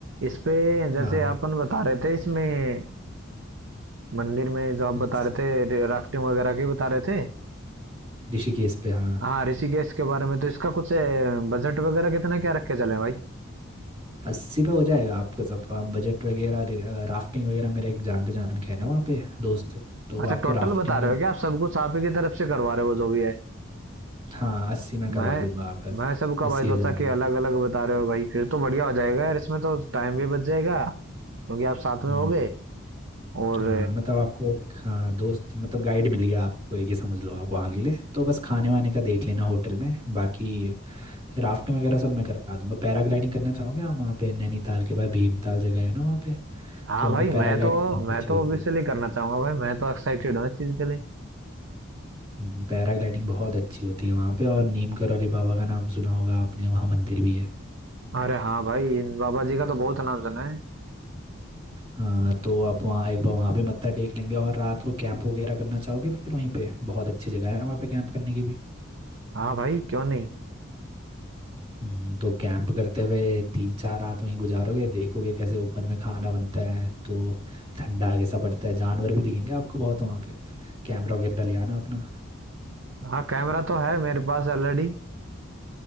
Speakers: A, on the right; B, on the right.
A: इस पे जैसे
B: हाँ हाँ
A: अपन बता रहे थे इसमें मंदिर में जो आप
B: ऋषि-
A: बता रहे थे राफ्टिंग वगैरह के बता रहे थे
B: ऋषिकेश पे हाँ
A: हाँ ऋषिकेश के बारे में तो इसका कुछ बजट वगैरह कितना क्या रख के चले भाई
B: अस्सी पे हो जाएगा आपका सब बजट वगैरह रि- अ, राफ्टिंग वगैरह मेरा एक जान पहचान का है ना वहाँ पे दोस्त तो वो
A: अच्छा
B: आपको
A: टोटल
B: राफ्टिंग
A: बता रहे हो क्या आप सब कुछ आप ही की तरफ से करवा रहे हो जो भी है
B: हाँ अस्सी में करवा
A: मैं
B: दूंगा आपका
A: मैं सबका
B: अस्सी
A: भाई सोचा
B: हजार
A: कि
B: में
A: अलग अलग बता रहे हो भाई फिर तो बढ़िया हो जाएगा यार इसमें तो टाइम भी बच जाएगा क्योंकि आप साथ में
B: हम्म
A: होगे और
B: हाँ मतलब आपको एक हाँ दोस्त मतलब गाइड मिल गया आपको एक ही समझ लो आप वहाँ के लिए तो बस खाने वाने का देख लेना होटल में बाकी राफ्टिंग वगैरह सब मैं करा दूंगा पैराग्लाइडिंग करना चाहोगे आप वहाँ पे नैनीताल के बाद भीमताल जगह है ना वहाँ पे
A: हाँ
B: तो वहाँ
A: भाई
B: पे पैराग्लाइडिंग
A: मैं तो
B: बहुत
A: मैं
B: अच्छी
A: तो
B: होती
A: ऑब्वियसली
B: है
A: करना चाहूंगा भाई मैं तो एक्साइटेड हूँ इस चीज के लिए
B: हम्म, पैराग्लाइडिंग बहुत अच्छी होती है वहाँ पे और नीम करौली बाबा का नाम सुना होगा आपने वहाँ मंदिर भी है
A: अरे हाँ भाई इन बाबा जी का तो बहुत नाम सुना है
B: हाँ तो आप वहाँ एक बार वहाँ पे मत्था टेक लेंगे और रात को कैंप वगैरह करना चाहोगे फिर वहीं पे बहुत अच्छी जगह है वहाँ पे कैंप करने की भी
A: हाँ भाई क्यों नहीं
B: हम्म, तो कैंप करते हुए तीन चार रात वहीं गुजारोगे देखोगे कैसे ओपन में खाना बनता है तो ठंडा कैसा पड़ता है जानवर भी दिखेंगे आपको बहुत वहाँ पे कैमरा वगैरह ले आना अपना
A: हाँ कैमरा तो है मेरे पास ऑलरेडी